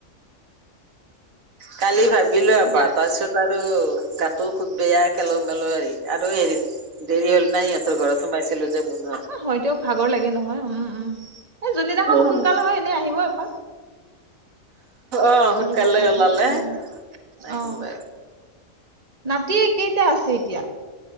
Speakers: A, on the right; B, on the right.
A: কালি ভাবিলো এবাৰ
B: এতিয়া
A: তাৰপিছত বাৰু গাতো খুব বেয়া খেলো মেলো হেৰি আৰু হেৰিত দেৰি হল না সিহঁতৰ ঘৰত সোমাইছিলো যে মুন
B: অ হয় তেওঁক ভাগৰ লাগে নহয় উম উম এই যোনদিনাখন
A: উম।
B: সোনকালে হয় এনেই আহিব এপাক
A: অ সোনকালে
B: আহিব পাৰিলে
A: ওলালে
B: অ',
A: আহিম
B: অ'।
A: বাৰু
B: নাতি কেইটা আছে এতিয়া